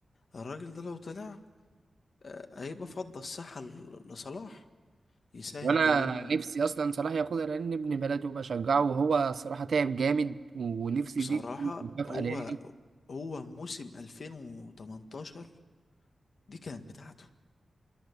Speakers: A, on the left (about 60°); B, on the right (about 65°).
A: الراجل ده لو طلع آه، هيبقى فضى الساحة ل- لصلاح يساهم
B: وانا
A: كمان
B: نفسي اصلا صلاح ياخدها لان ابن بلده بشجعه وهو صراحه تعب جامد ونفسي
A: بصراحة
B: دي تكون مكافاه
A: هو
B: ليه
A: هو موسم 2018 دي كانت بتاعته